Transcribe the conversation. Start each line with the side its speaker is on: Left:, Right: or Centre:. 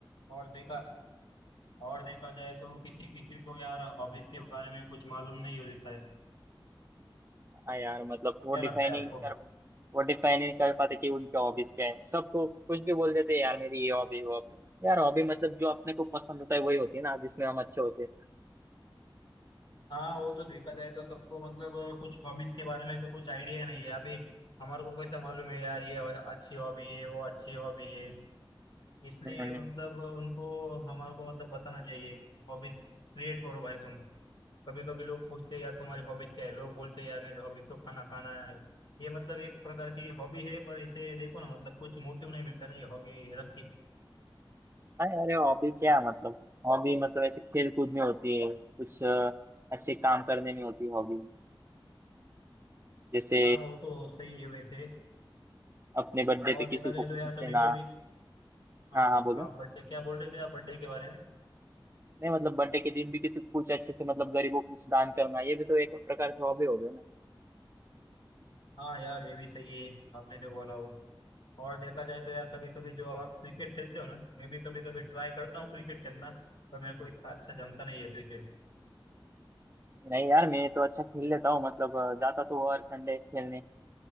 Left: और देखा और देखा जाए तो किसी किसी को यार हॉबीज के बारे में कुछ मालूम नहीं होता है
Right: हाँ यार मतलब वो
Left: क्या
Right: डिफाइन
Left: लगता है आपको
Right: ही नहीं कर वो डिफाइन ही नहीं कर पाते कि उनके हॉबीज क्या है सबको कुछ भी बोल देते हैं यार मेरी ये हॉबी वो हॉबी यार हॉबी मतलब जो अपने को पसंद होता है वही होती है ना जिसमें हम अच्छे होते हैं
Left: हाँ वो तो देखा जाए तो सबको मतलब कुछ हॉबीज के बारे में तो कुछ आइडिया नहीं है अभी हमारे को कैसे मालूम है यार ये अच्छी हॉबी है वो अच्छी हॉबी है इसलिए
Right: हम्म हम्म।
Left: मतलब उनको हमारे को मतलब बताना चाहिए हॉबीज क्रिएट करो भाई तुम कभी कभी लोग पूछते हैं यार तुम्हारी हॉबीज क्या है लोग बोलते हैं यार मेरी हॉबीज तो खाना खाना है ये मतलब एक प्रकार की हॉबी है पर इसे देखो ना मतलब कुछ मोटिव नहीं मिलता ना ये हॉबी रख के
Right: हाँ यार ये हॉबी क्या है मतलब हॉबी मतलब ऐसे खेल कूद में होती है कुछ अ, अच्छे काम करने में होती है हॉबी जैसे
Left: हाँ वो तो सही है वैसे
Right: अपने बर्थडे
Left: और
Right: पे किसी
Left: देखा जाए
Right: को कुछ
Left: तो यार
Right: देना
Left: कभी कभी हाँ
Right: हाँ हाँ बोलो
Left: हाँ बर्थडे क्या बोल रहे थे आप बर्थडे के बारे में
Right: नहीं मतलब बर्थडे के दिन भी किसी को कुछ अच्छे से मतलब गरीबों को कुछ दान करना ये भी तो एक प्रकार से हॉबी हो गई ना
Left: हाँ यार ये भी सही है आपने जो बोला वो और देखा जाए तो यार कभी कभी जो आप क्रिकेट खेलते हो ना मैं भी कभी कभी ट्राई करता हूँ क्रिकेट खेलना पर मेरे को इतना अच्छा जमता नहीं है क्रिकेट
Right: नहीं यार मैं तो अच्छा खेल लेता हूँ मतलब अ, जाता तो हर संडे खेलने